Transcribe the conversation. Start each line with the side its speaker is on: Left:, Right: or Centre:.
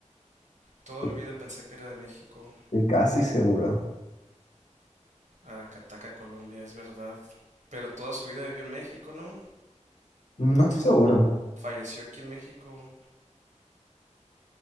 Right: Toda
Left: Estoy
Right: mi vida pensé que era de México.
Left: estoy casi seguro.
Right: Aracataca, Colombia, es verdad. Pero toda su vida vivió en México, ¿no?
Left: No estoy seguro.
Right: falleció aquí en México.